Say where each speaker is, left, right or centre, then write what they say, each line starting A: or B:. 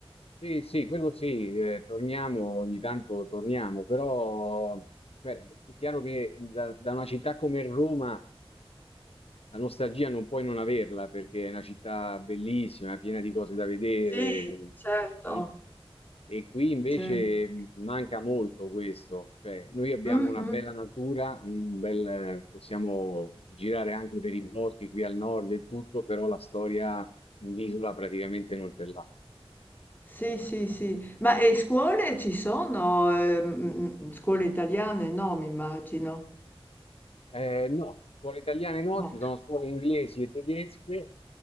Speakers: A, on the left; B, on the left.
A: Sì, sì, quello sì, eh, torniamo, ogni tanto torniamo, però cioè, è chiaro che da, da una città come Roma La nostalgia non puoi non averla perché è una città bellissima, piena di cose da vedere.
B: Sì, certo,
A: ri- E qui invece
B: certo.
A: manca molto questo, cioè noi abbiamo
B: Mm,
A: una
B: mm.
A: bella natura, un bel- possiamo girare anche per i boschi qui al nord e tutto, però la storia in isola praticamente non ce l'ha.
B: Sì, sì, sì. Ma e scuole ci sono? Ehm, mhmm, scuole italiane? No, mi immagino.
A: Ehm, no, scuole italiane no,
B: No.
A: ci sono scuole inglesi e tedesche,